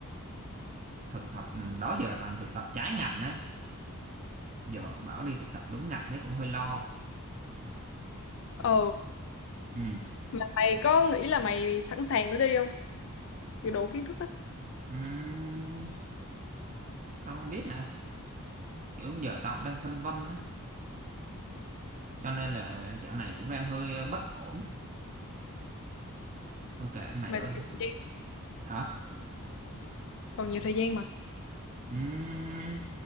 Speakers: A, on the right; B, on the left.
A: thực tập ừ, đó giờ toàn thực tập trái ngành á giờ bảo đi thực tập đúng ngành thấy cũng hơi lo
B: Ờ,
A: ừ
B: mà mày có nghĩ là mày sẵn sàng để đi không? Kiểu đủ kiến thức á,
A: Ừm, tao không biết nè kiểu giờ tao cũng đang phân vân á cho nên là dạo này cũng đang hơi ờ, bất ổn thôi kệ mày
B: mày
A: ơi
B: còn nhiều thời gian,
A: hả
B: còn nhiều thời gian mà.
A: Ừm,